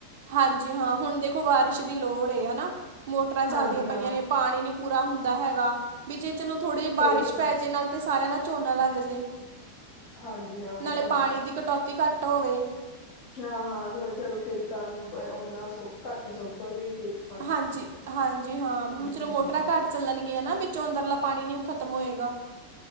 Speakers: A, on the right; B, on the left.
A: ਹਾਂਜੀ ਹਾਂ ਹੁਣ ਦੇਖੋ ਬਾਰਿਸ਼ ਦੀ ਲੋੜ ਏ ਹਨਾ ਮੋਟਰਾਂ ਚੱਲਦੀਆਂ
B: ਹਾਂਜੀ ਹਾਂ
A: ਪਈਆਂ ਨੇ ਪਾਣੀ ਨੀ ਪੂਰਾ ਹੁੰਦਾ ਹੈਗਾ ਵੀ ਜੇ ਚਲੋ ਥੋੜ੍ਹੀ ਜਿਹੀ
B: ਸਹੀ
A: ਬਾਰਿਸ਼
B: ਗੱਲ
A: ਪੈ
B: ਹੈ
A: ਜੇ ਨਾਲ ਤੇ ਸਾਰਿਆਂ ਦਾ ਝੋਨਾ ਲੱਗ ਜੇ
B: ਹਾਂਜੀ ਹਾਂ
A: ਨਾਲੇ
B: ਇਹ ਤਾਂ ਹੈ।
A: ਪਾਣੀ ਦੀ ਕਟੌਤੀ ਘੱਟ ਹੋਵੇ
B: ਹਾਂ ਹਾਂ ਚਲੋ ਖੇਤਾਂ ਨੂੰ ਓਨਾ ਸੋ ਘੱਟ ਸੁੋੱਕਣਗੇ ਖੇਤ ਪਾਣੀ।
A: ਹਾਂਜੀ ਹਾਂਜੀ ਹਾਂ
B: ਹਮ
A: ਚਲੋ
B: ਹਮ
A: ਮੋਟਰਾਂ ਘੱਟ ਚੱਲਣਗੀਆਂ ਨਾ ਵਿੱਚੋਂ ਅੰਦਰਲਾ ਪਾਣੀ ਨੀ ਖਤਮ ਹੋਏਗਾ